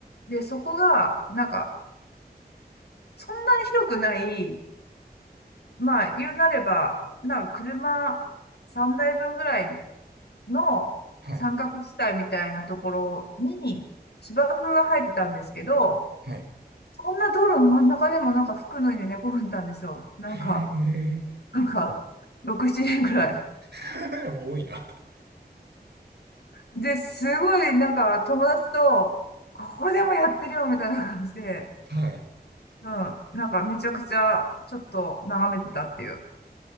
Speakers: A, on the left (about 75°); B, on the right (about 75°).
A: で、そこが、なんか、そんなに広くない、まあ、言うなれば、なんか車3台分ぐらいの三角地帯みたいなところに芝生が生えてたんですけど、
B: はい。はい。はい。
A: そんな道路の真ん中でもなんか服脱いで寝転んでたんですよ。なんか、
B: へー
A: なんか、6、7年ぐらい。
B: <laughs> 多いな。
A: で、すごい、なんか、友達と、ここでもやってるよ、みたいな感じで、
B: はい。
A: うん、なんか、めちゃくちゃ、ちょっと、眺めてたっていう、